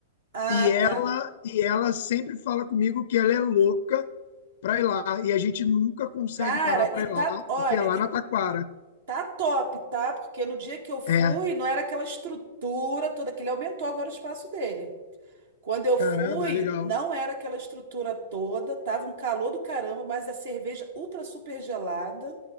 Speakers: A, on the right (about 70°); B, on the left (about 65°).
A: ah,
B: E ela,
A: tá.
B: e ela sempre fala comigo que ela é louca para ir lá. E a gente nunca consegue
A: Cara,
B: parar para
A: e
B: ir
A: tá,
B: lá,
A: olha,
B: porque é lá
A: e
B: na Taquara.
A: tá top, tá? Porque no dia que eu fui,
B: É,
A: não era aquela estrutura toda, que ele aumentou agora o espaço dele. Quando eu
B: caramba,
A: fui,
B: legal.
A: não era aquela estrutura toda, tava um calor do caramba, mas a cerveja ultra super gelada,